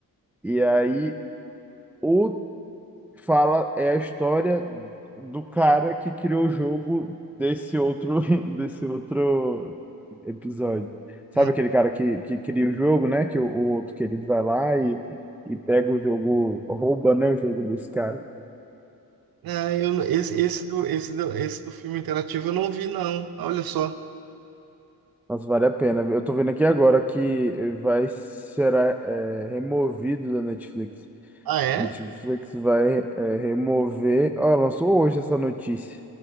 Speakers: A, in the centre; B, on the right.
A: E aí o fala é a história do cara que criou o jogo desse outro <laughs> desse outro episódio. Sabe
B: Ah,
A: aquele cara que, que cria o jogo, né? Que o, o outro querido vai lá e, e pega o jogo, rouba, né, o jogo desse cara.
B: ah, eu, não- esse, esse do, esse do, esse do filme interativo eu não vi, não. Olha só.
A: Nossa, vale a pena. viu? Eu tô vendo aqui agora que vai será é, removido da Netflix.
B: Ah, é?
A: Netflix vai é, remover. Ah, lançou hoje essa notícia